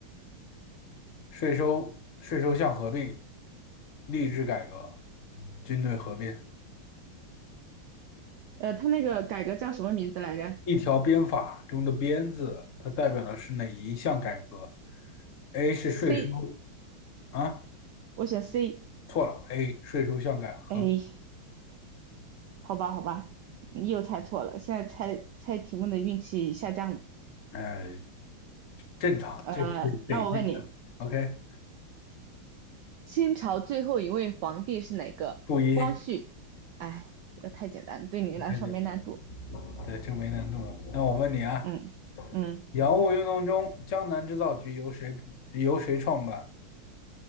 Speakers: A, on the left; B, on the right.
A: 税收、税收项合并、吏治改革、军队合并。
B: 呃，他那个改革叫什么名字来着
A: 一条鞭法中的“鞭”字，它代表的是哪一项改革？A 是税收
B: ？C，
A: 啊，
B: 我选 C。
A: 错了，A 税收项改合，
B: 哎，好吧，好吧，你又猜错了，现在猜猜题目的运气下降了。
A: 呃，正常，
B: 呃，
A: 这得得这个，OK，
B: 那我问你，清朝最后一位皇帝是哪个？
A: 负一，
B: 光绪。哎，这个太简单了对你来说没难度。
A: 太简单了，对，这没难度了。那我问你啊。
B: 嗯嗯，
A: 洋务运动中，江南制造局由谁由谁创办